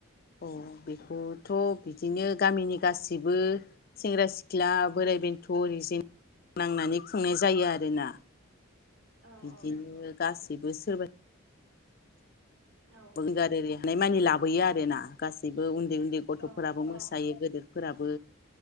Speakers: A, on the left; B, on the right.
A: अ बेखौथ' बिदिनो गामिनि गासैबो सेंग्रा-सिख्ला बोराइ-बेन्थ' ओरिजें नांनानै खुंनाय जायो आरोना
B: औ
A: बिदिनो
B: औ नंगौ
A: गासैबो सोरबा
B: औ
A: बल गार एरिया नायमानि लाबोयो आरो ना गासिबो उन उनदै उनदै गथ'फोराबो
B: औ औ
A: मोसायो गोदो फोराबो